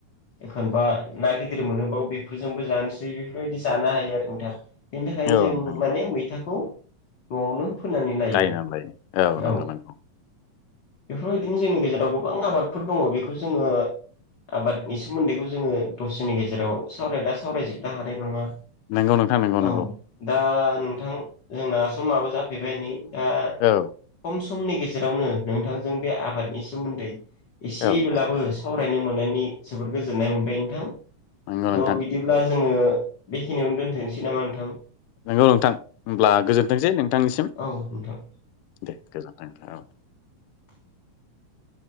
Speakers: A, on the left; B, on the left.
A: एखनबा ना गिदिर मोनोबाव बेफोरजोंबो जानोसै बे बै जाग्रा आरो नोंथां बेनि थाखायनो
B: औ
A: जों
B: नोंथां नंगौ
A: माने मैथाखौ न'आवनो फोनानै लायो
B: गायनानै नंगौ
A: औ
B: नंगौ
A: बेफोरबायदिनो जोंनि गेजेराव गोबां आबादफोर दं बेखौ जोङो आबादनि सोमोन्दैखौ जोङो दसेनि गेजेराव सावरायाबा सावरायजोबनो हानाय नङा
B: नंगौ नोंथां नंगौ
A: औ
B: नंगौ
A: दा नोंथां जोंना समाबो जाफैबाय नै दा
B: औ
A: खमस समनि गेजेरावनो नोंथांजों बे आबादनि सोमोन्दै एसेब्लाबो
B: औ नोंथां
A: सावराय फरायनो मोननायनि जोबोद गोजोननाय मोनबाय नोंथां
B: नंगौ नोंथां
A: दा बिदिब्ला जोङो बेखिनियावनो दोनथनोसै नामा नोंथां
B: नंगौ नोंथां होमब्ला गोजोनथोंसै नोंथांनिसिम
A: औ औ नोंथां
B: दे गोजोनथों
A: <inaudible>